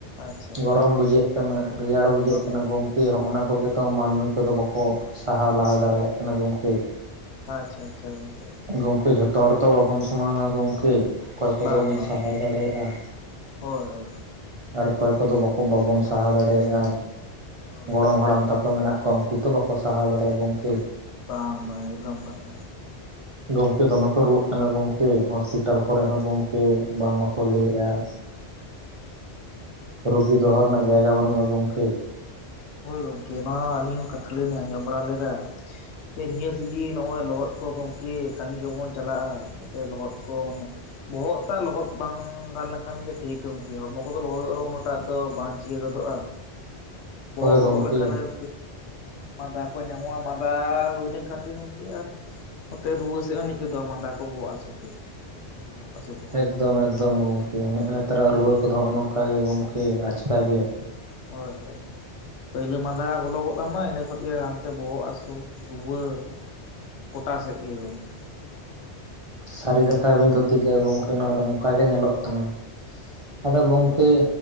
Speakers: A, on the left; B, on the right.
A: ᱟᱪᱪᱷᱟ ᱟᱪᱪᱷᱟ
B: ᱜᱚᱨᱚᱢ ᱵᱩᱡᱷᱟᱹᱜ ᱠᱟᱱᱟ ᱨᱮᱭᱟᱲ ᱵᱩᱡᱷᱟᱹᱜ
A: ᱦᱚᱸ
B: ᱠᱟᱱᱟ ᱜᱚᱝ ᱠᱮ ᱦᱚᱜᱼᱱᱟ ᱠᱚᱜᱮᱛᱚ ᱢᱟᱹᱱᱢᱤ ᱠᱚᱫᱚ ᱵᱟᱠᱚ ᱥᱟᱦᱟᱣ ᱞᱟᱦᱟ ᱫᱟᱲᱮᱭᱟᱜ ᱠᱟᱱᱟ ᱜᱚᱢᱠᱮ ᱾
A: ᱟᱪᱪᱷᱟ ᱟᱪᱪᱷᱟ ᱜᱚᱝᱠᱮ ᱟᱪᱷᱟ
B: ᱜᱚᱢᱠᱮ ᱡᱷᱚᱛᱚ ᱦᱚᱲ ᱛᱚ ᱵᱟᱵᱚᱱ ᱥᱚᱢᱟᱱᱟ ᱜᱚᱢᱠᱮ? ᱚᱠᱚᱭ ᱠᱚᱫᱚ
A: ᱵᱟᱝ
B: ᱵᱚᱱ
A: ᱵᱟᱝ
B: ᱥᱟᱦᱟᱣ
A: ᱵᱟᱝ
B: ᱫᱟᱲᱮᱭᱟᱜᱼᱟ
A: ᱦᱳᱭ ᱦᱳᱭ
B: ᱟᱨ ᱚᱠᱚᱭ ᱠᱚᱫᱚ ᱵᱟᱠᱚ ᱵᱟᱵᱚᱱ ᱥᱟᱦᱟᱣ ᱫᱟᱲᱮᱭᱟᱜᱼᱟ
A: ᱦᱳᱭ
B: ᱜᱚᱲᱚᱢ
A: ᱜᱚᱢᱠᱮ
B: ᱦᱟᱲᱟᱢ ᱛᱟ ᱠᱚ ᱢᱮᱱᱟᱜ ᱠᱚᱣᱟ ᱩᱱᱠᱩ ᱛᱚ ᱵᱟᱠᱚ ᱥᱟᱦᱟᱣ ᱫᱟᱲᱮᱭᱟᱜᱼᱟ ᱜᱚᱝᱠᱮ᱾
A: ᱵᱟᱝ ᱵᱟᱝ ᱮᱠᱫᱚᱢ ᱵᱟᱝ ᱾
B: ᱜᱚᱢᱠᱮ ᱫᱚᱢᱮ ᱠᱚ ᱨᱩᱣᱟᱹᱜ ᱠᱟᱱᱟ ᱜᱚᱢ ᱠᱮ ᱦᱚᱥᱯᱤᱴᱟᱞ ᱠᱚᱨᱮ ᱦᱚᱸ ᱜᱚᱝᱠᱮ ᱵᱟᱝ ᱢᱟᱠᱚ ᱞᱟᱹᱭᱮᱜᱼᱟ ᱾ ᱨᱩᱜᱤ ᱫᱚᱦᱚ ᱨᱮᱱᱟᱜ ᱡᱟᱭᱜᱟ ᱵᱟᱹᱱᱩᱜᱼᱟ ᱜᱚᱝᱠᱮ ᱾
A: ᱦᱳᱭ ᱜᱚᱝᱠᱮ ᱱᱚᱣᱟ ᱟᱹᱞᱤᱧ ᱦᱚᱸ ᱠᱟᱛᱷᱟ ᱞᱤᱧ ᱟᱸᱡᱚᱢ ᱵᱟᱲᱟ ᱞᱮᱫᱟ ᱾ ᱛᱮ ᱱᱤᱭᱟᱹ ᱥᱤᱡᱤ ᱱᱚᱜᱼᱚᱭ ᱞᱚᱦᱚᱫ ᱠᱚ ᱜᱚᱢᱠᱮ ᱠᱟᱹᱢᱤ ᱠᱚᱵᱚᱱ ᱪᱟᱞᱟᱜᱼᱟ ᱾ ᱡᱟᱛᱮ ᱞᱚᱦᱚᱫ ᱠᱚ ᱢᱟᱱᱮ ᱵᱚᱦᱚᱜ ᱛᱟᱜ ᱞᱚᱦᱚᱫ ᱵᱟᱝ ᱜᱟᱱ ᱞᱮᱱᱠᱷᱟᱱ ᱜᱮ ᱴᱷᱤᱠ ᱜᱚᱝᱠᱮ ᱦᱚᱲᱢᱚ ᱠᱚᱫᱚ ᱞᱚᱦᱚᱫᱚᱜ ᱩᱱᱟᱹᱜ ᱴᱟ ᱫᱚ ᱵᱟᱝ ᱪᱤᱠᱟᱹ ᱜᱚᱫᱚᱜᱼᱟ ᱵᱚᱦᱚᱜ
B: ᱦᱳᱭ ᱜᱚᱢᱠᱮ
A: ᱞᱚᱦᱚᱫ ᱞᱮᱱᱠᱷᱟᱱ ᱦᱳᱭ ᱢᱟᱸᱫᱟ ᱠᱚ ᱧᱟᱢᱚᱜᱼᱟ ᱢᱟᱫᱟ ᱦᱩᱭ ᱞᱮᱱᱠᱷᱟᱱ ᱜᱮ ᱜᱚᱝᱠᱮ ᱟᱨ ᱱᱚᱛᱮ ᱨᱩᱣᱟᱹ ᱥᱮᱫ ᱦᱚᱸ ᱦᱮᱡ ᱜᱚᱫᱚᱜᱼᱟ ᱢᱟᱸᱫᱟ ᱠᱚ ᱵᱚᱦᱚᱜ ᱦᱟᱹᱥᱩ ᱛᱮ ᱾ ᱵᱚᱦᱚᱜ ᱦᱟᱹᱥᱩ ᱠᱚ
B: ᱮᱠᱫᱚᱢ ᱮᱠᱫᱚᱢ ᱜᱚᱢᱠᱮ ᱱᱮᱜᱼᱱᱮᱛᱟᱨᱟᱜ ᱨᱩᱣᱟᱹ ᱠᱚᱫᱚ ᱱᱚᱜᱼ ᱱᱚᱝᱠᱟ ᱜᱮ ᱜᱚᱝᱠᱮ ᱟᱪᱠᱟ ᱜᱮ ᱾
A: ᱦᱳᱭ ᱦᱳᱭ ᱾ ᱯᱟᱹᱭᱞᱟᱹ ᱢᱟᱸᱫᱟ ᱵᱚᱞᱚᱜᱚᱫ ᱟᱢᱟ ᱤᱱᱟᱹ ᱠᱷᱚᱡ ᱜᱮ ᱦᱟᱱᱛᱮ ᱵᱚᱦᱚᱜ ᱦᱟᱹᱥᱩ ᱨᱩᱣᱟᱹ ᱾ ᱜᱚᱴᱟ ᱥᱮᱫ ᱜᱮ ᱜᱚᱝᱠᱮ ᱾
B: ᱥᱟᱹᱨᱤ ᱠᱟᱛᱷᱟ ᱵᱤᱱ ᱫᱷᱩᱛᱤ ᱠᱮᱫᱼᱟ ᱜᱚᱝᱠᱮ ᱱᱚᱣᱟ ᱫᱚ ᱱᱚᱝᱠᱟ ᱜᱮ ᱧᱮᱞᱚᱜ ᱠᱟᱱᱟ ᱾ ᱟᱫᱚ ᱜᱚᱝᱠᱮ